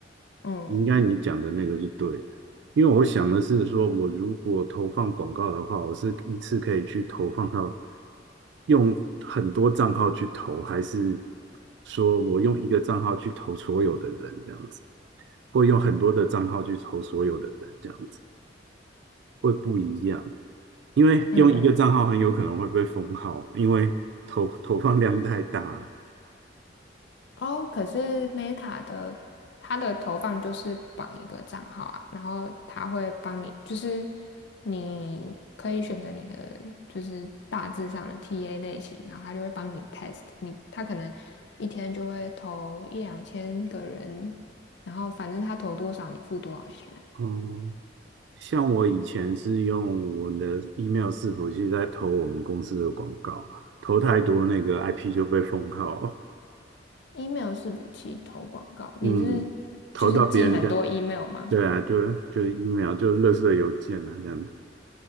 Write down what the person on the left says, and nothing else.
嗯
嗯。
哦，可是 Meta 的它的投放就是绑一个账号啊，然后它会帮你，就是你可以选择你的就是大致上的 TA 类型，然后它就会帮你 test 你，它可能一天就会投一两千个人，然后反正它投多少你付多少钱啊
email 是武器投广告，你是
就是寄很多 email 吗？